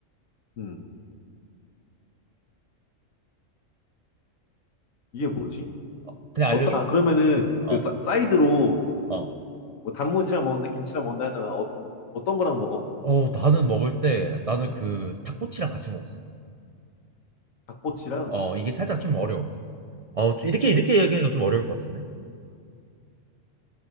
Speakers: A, on the left; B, on the right.
A: 음, 이게 뭐지?
B: 어, 그냥
A: 어따,
B: 알려줘?
A: 그러면은
B: 어,
A: 그 사, 사이드로
B: 어.
A: 뭐 단무지랑 먹는다, 김치랑 먹는다 하잖아. 어, 어떤 거랑 먹어?
B: 어, 나는 먹을 때 나는 그 닭꼬치랑 같이 먹었어.
A: 닭꼬치랑
B: 어, 이게 살짝 좀 어려워. 어, 좀 이렇게 이렇게 얘기하니까 좀 어려울 것 같은데.